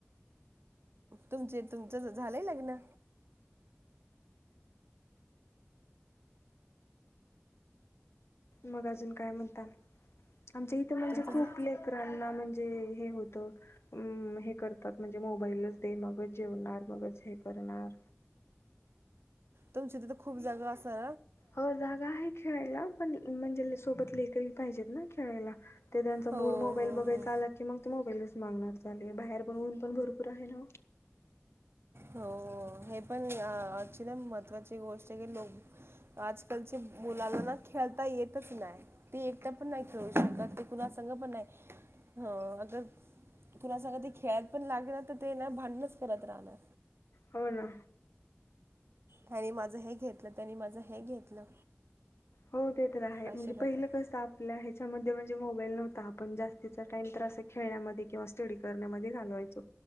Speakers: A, on the right; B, on the left.
A: तुमचे तुमचं झालंय लग्न?
B: मग अजून काय म्हणता, आमच्या इथं म्हणजे
A: तुमचं
B: खूप
A: झा-
B: लेकरांना म्हणजे हे होतं हे करतात म्हणजे मोबाईलच दे मगच जेवणार मगच हे करणार,
A: तुमची तिथं खूप जागा असा
B: हो जागा आहे खेळायला पण म्हणजे सोबत लेकरही पाहिजेत ना खेळायला, ते त्यांचा
A: हो
B: मूड मोबाईल
A: हो
B: बघायचां
A: हो.
B: आला की मग ते मोबाईलच मागणार ले बाहेर पण ऊन पण भरपूर आहे ना
A: हो हे पण अशी ना महत्त्वाची गोष्ट आहे. की लोक आजकालच्या मुलाला ना खेळता येतच नाही. ते एकट पण नाही खेळू शकत, ते कुणा संंग पण नाही. ह अगर तुला सग ते खेळायला पण लागल ना तर ते ना भांडणच करत राहणार.
B: हो ना
A: त्यांनी माझं हे घेतलं त्यांनी माझं हे घेतलं.
B: हो ते तर आहे
A: अशी
B: म्हणजे
A: करते
B: पहिलं कस आपल्या ह्याच्यामध्ये म्हणजे मोबाईल नव्हता, आपण जास्तीचा टाइम तर अस खेळण्यामध्ये किंवा स्टडी करण्यामध्ये घालवायचो,